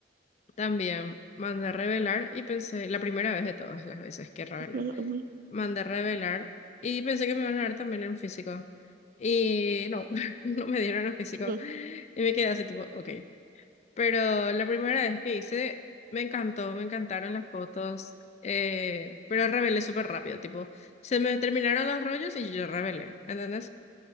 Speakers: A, on the left; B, on the right.
A: también mandé a revelar y pensé, la primera vez de todas las veces que revelé,
B: ujú, ujú,
A: mandé a revelar y pensé que me iban a dar también en físico. Y no, <laughs> no me dieron en físico.
B: ujú,
A: Y me quedé así tipo, ok. Pero la primera vez que hice, me encantó, me encantaron las fotos, eh, pero rebelé súper rápido, tipo, se me terminaron los rollos y yo rebelé, ¿entendés?